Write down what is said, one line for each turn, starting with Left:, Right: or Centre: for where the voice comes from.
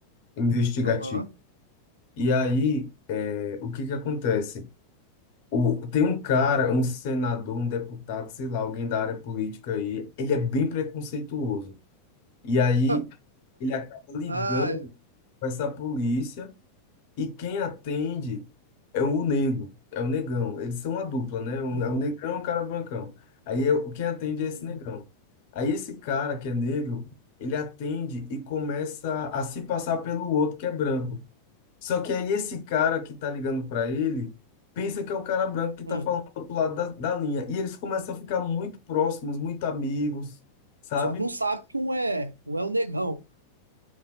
Left: investigativa.
Right: Aham.
Left: E aí, é, o que que acontece? O, tem um cara, um senador, um deputado, sei lá, alguém da área política aí, ele é bem preconceituoso. E aí
Right: <laughs>
Left: ele acaba ligando
Right: Ah, é.
Left: com essa polícia e quem atende é o negro, é o negão. Eles são a dupla, né? Um,
Right: uhum,
Left: é o negrão e o cara brancão. Aí é- quem atende
Right: uhum,
Left: é esse negão. Aí esse cara que é negro, ele atende e começa a se passar pelo outro que é branco. Só que aí esse cara que tá ligando pra ele pensa que é o cara branco que tá
Right: hum.
Left: falando do outro lado da, da linha. E eles começam a ficar muito próximos, muito amigos, sabe?
Right: Só que não sabe que um é, um é o negão.